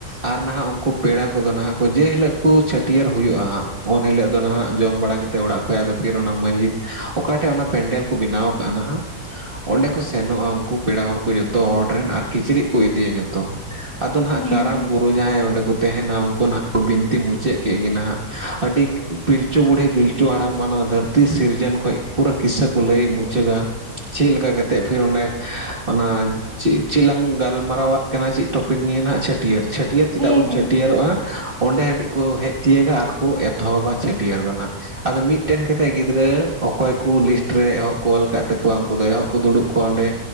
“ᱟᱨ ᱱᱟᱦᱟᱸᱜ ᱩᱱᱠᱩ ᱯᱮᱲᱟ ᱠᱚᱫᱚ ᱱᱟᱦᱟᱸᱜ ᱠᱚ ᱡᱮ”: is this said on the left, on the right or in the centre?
Right